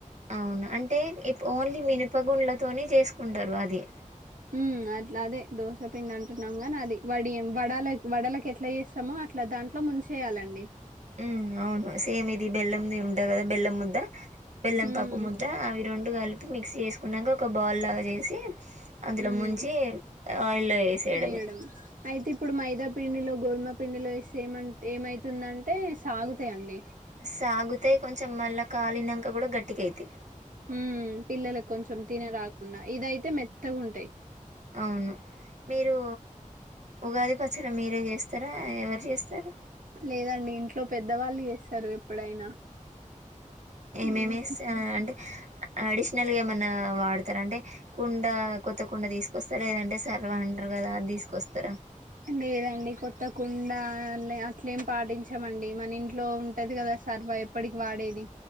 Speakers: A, on the right; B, on the right.
A: అవును అంటే ఇప్ ఓన్లీ మినప గుండ్లతోని చేసుకుంటారు అది
B: హు మ్ అట్లా అదే దోసపిండి అంటున్నాం గానీ అది వడిం వడాల వడాలకేట్లా చేస్తామో అట్లా దా దాంట్లో ముంచెయ్యాలండి
A: ఉమ్ అవ్ను సేమ్ ఇది బెల్లంది ఉంటద్ గదా బెల్లం ముద్ద బెల్లం
B: మ్మ్
A: పప్పు ముద్ద అవి రొండు కల్పి మిక్స్ చేస్కునంక ఒక బాల్ లాగా చేసి అందులో
B: మ్మ్
A: ముంచి ఆయిల్లో ఎసేయడమే
B: వేయడం అయితే ఇప్పుడు మైదా పండిలో గోద్మ పిండిలో ఎసెమం ఏమైతుందంటే సాగుతాయండి
A: సాగుతాయ్ కొంచం మళ్ళా కాలినంక గుడా గట్టిగైతైయ్
B: హు మ్ పిల్లలక్ కొంచం తిన రాకుండా ఇదైతే మెత్తగుంటాయ్
A: అవును మీరు ఉగాది పచ్చడ మీరే చే స్తారా ఎవర్ జేస్తారు
B: లేదండి ఇంట్లో పెద్దవాళ్ళు చేస్తారు ఎప్పుడైనా
A: ఏమేమి
B: ఉమ్
A: ఎస్తె అ అంటే అడిష్నల్గా ఏమన్నా వాడతారా అంటే కుండ కొత్త కుండ తీస్కొస్తార్ లేదంటే సర్వ అంటర్ గద అదీస్కొస్తారా
B: లేదండి కొత్త కుండ అలె-అట్లేం పాటించామండి మన ఇంట్లో ఉంటదిగ కదా సార్వ ఎప్పటిక్ వాడేది